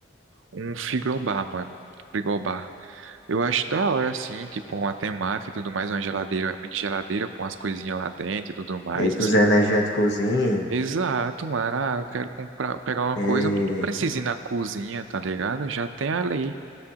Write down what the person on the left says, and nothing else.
Eita,
os energéticozinho.
Eita,